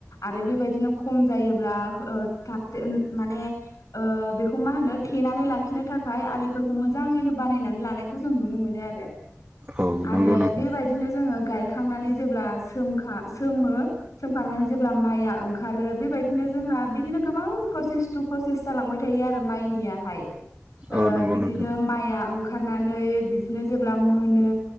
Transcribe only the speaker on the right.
औ
नंगौ नोंथां
औ नंगौ
नोंथां